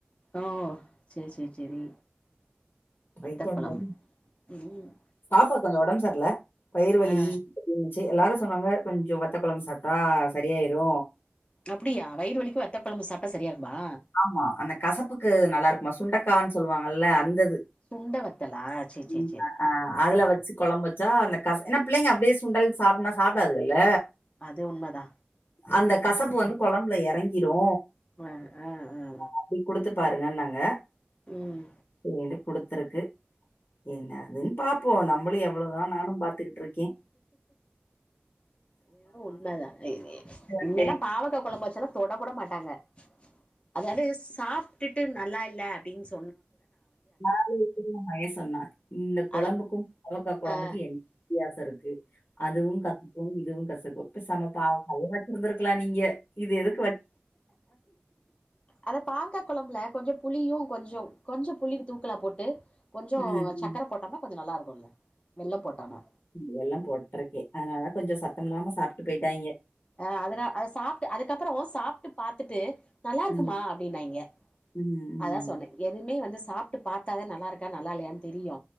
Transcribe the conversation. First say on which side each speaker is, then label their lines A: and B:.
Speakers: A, on the left; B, on the left.
A: ஓ சேரி சேரி சேரி
B: ட்ரை
A: வத்த
B: பண்வோம்
A: கொழம்பு ம்
B: பாப்பாக் கொஞ்சு ஒடம் சர்ல்ல வயிறுவலி
A: ஆ
B: இன்ச் எ எல்லாரு சொன்னாங்க கொஞ்சு வத்த கொழம் சாப்ட்டா சரியாய்ரு
A: அப்டியா வயிறுலிக்கு வத்த கொழம்பு சாப்ட்டா சரியாகுமா
B: ஆமா அந்த கசப்புக்கு நல்லார்க்குமா சுண்டக்கான் சொல்வாங்கல்ல அந்தது
A: சுண்ட வத்தலா சேரி சேரி
B: ம்
A: சேரி
B: அஅ அதுல வச்சி கொழம்பு தா அந்த கஸ் என்னா பிள்ளைங்க அப்டியே சுண்டல் சாப்னா சாப்டாதுகல்ல
A: அது உண்மதா
B: அந்த கசப்பு வந்து கொழம்புல எறங்கிரு
A: ம ஆ ஆ
B: அப்டி குடுத்து பாருங்க நாங்க
A: ம்
B: ஏ கிட்ட குடுத்துருக்கு என்ன ஆகுதுன் பாப்போ நம்மளு எவ்ளோ அவ்ளோதா நானு பாத்துக்கிட்ருக்கே
A: ஏங்க உண்மதா இ
B: வந்துட்டேன்
A: இங்க எல்லா பாவக்கா கொழம்பு வச்செல்லா தொடக்கூட மாட்டாங்க அதாவது சாப்ட்டுட்டு நல்லா இல்ல அப்டின் சொ
B: மார்னிங்கே <unintelligible> மைய சொன்னா இந்த குழம்புக்கும்
A: அத
B: பாவக்கா் குழம்புக்கு
A: ஆ
B: என்ன வித்தியாசோ இருக்கு அதுவும் கத் அதுவும் இதுவும் கசக்கும் இப்ப சம பாவக்காயே வச்சிருந்துருக்கலா நீங்க இது எதுக்கு வச்
A: அதா பாவக்கா கொழம்புல கொஞ்ச புளியு கொஞ்சோ கொஞ்ச புளிவ் தூக்கலா போட்டு கொஞ்சோ
B: ம், ம்.
A: சக்கரை போட்டம்னா கொஞ்சோ நல்லா இருக்குல்ல வெள்ளம் போட்டோன்னா
B: வெள்ளம் போட்ருக்கே அதுனாலதா கொஞ்ச சத்தம் இல்லாம சாப்ட்டு பொயிட்டாங்க
A: அ அதுதா அத சாப்ட்டு அதுக்கப்பறோ சாப்ட்டு பாத்துட்டு நல்லா இருக்குமா
B: ம்,
A: அப்டின்னாங்க
B: ம், ம்.
A: அதா சொன்னே எதுவுமே வந்து சாப்ட்டு பாத்தாதா நல்லா இருக்கா நல்லா இல்லையான் தெரியு